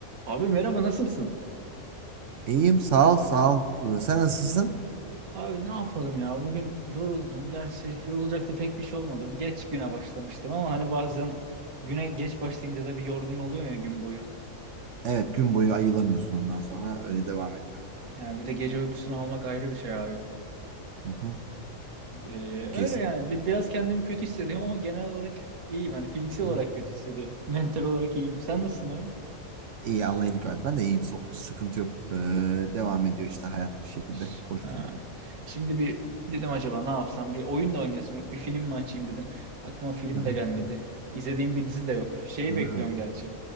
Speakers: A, on the right; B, on the right.
A: Abi merhaba nasılsın?
B: İyiyim sağ ol sağ ol. Ee, Sen nasılsın?
A: Abi ne yapalım ya bugün yoruldum. Gerçi yorulacak da pek bir şey olmadı. Geç güne başlamıştım ama hani bazen güne geç başlayınca da bir yorgun oluyor ya gün boyu.
B: Evet gün boyu ayılamıyorsun ondan sonra öyle devam ediyor.
A: Ya bir de gece uykusunu almak ayrı bir şey abi.
B: Hı hı.
A: Ee, öyle
B: Kesinlikle.
A: yani bir, biraz kendimi kötü hissediyorum ama genel olarak iyiyim. Hani fiziksel
B: Hı
A: olarak
B: hı.
A: kötü hissediyorum. Mental olarak iyiyim. Sen nasılsın abi?
B: İyi Allah iyilik versin. Ben de iyiyim. Sok- Sıkıntı yok. Ee, devam ediyor işte hayat bir şekilde
A: Ş-
B: koşturmaya.
A: Ha. Şimdi bir dedim acaba ne yapsam? Bir oyun da oynayasım yok. Bir film mi açayım dedim. Aklıma film
B: Hı hı.
A: de gelmedi. İzlediğim bir dizi de yok. Şeyi
B: Hı.
A: bekliyorum gerçi.